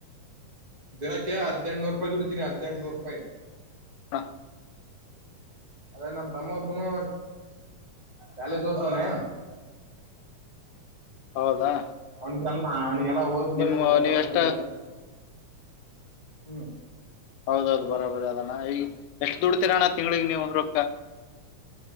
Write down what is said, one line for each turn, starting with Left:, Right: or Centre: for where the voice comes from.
Right: ದಿನಕ್ಕೆ ಹದಿನೆಂಟ್ನೂರು ರೂಪಾಯಿ ದುಡತಿನಿ ಹದ್ನಂಟುನೂರು ರೂಪಾಯಿ
Left: ಹಾ
Right: ಅದೇ ನಮ್ ತಮ್ಮ ಒಬ್ಬನು ಕಾಲೇಜ ಓತವನೆ
Left: ಹೌದಾ
Right: ಅವ್ನಿಗೆಲ್ಲ ಅವ್ನಿಗೆಲ್ಲ ಓದಸ್ಬೇಕಲ್ಲ
Left: ನಿಮ್ಮ
Right: ಇವಾಗ
Left: ನೀವ್
Right: ದುಡ್ಡ
Left: ಎಷ್ಟ
Right: ಜನ ಹ್ಮ್
Left: ಹೌದೌದು ಬರಾ ಬರ ಅದಣ್ಣ ಈಗ ಎಷ್ಟು ದುಡ್ತಿರಣ್ಣ ತಿಂಗಳಿಗೆ ನೀವು ರೊಕ್ಕ